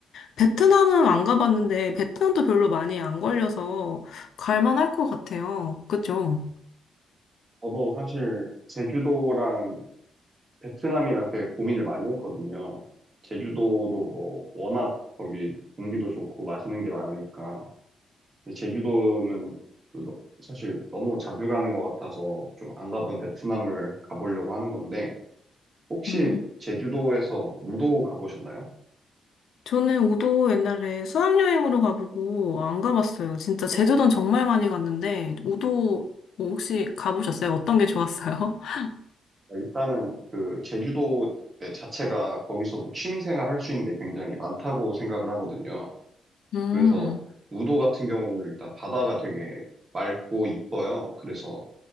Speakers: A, on the left; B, on the right.
A: 베트남은 안 가봤는데, 베트남도 별로 많이 안 걸려서 갈만할 것 같아요. 그죠?
B: 저도 사실 제주도랑 베트남이랑 되게 고민을 많이 했거든요. 제주도도 뭐 워낙 거기 공기도 좋고 맛있는 게 많으니까. 근데 제주도는 또 너- 사실 너무 자주 가는 것 같아서 좀 안 가본 베트남을 가보려고 하는 건데 혹시
A: 음.
B: 제주도에서 우도 가보셨나요?
A: 저는 우도 옛날에 수학여행으로 가보고 안 가봤어요. 진짜 제주도는 정말 많이 갔는데, 우도 뭐 혹시 가보셨어요? 어떤 게 좋았어요? <laughs>
B: 그러니까 일단은 그 제주도 네, 자체가 거기서도 취미생활 할 수 있는 게 굉장히 많다고 생각을 하거든요.
A: 음.
B: 그래서 우도 같은 경우는 일단 바다가 되게 맑고 이뻐요. 그래서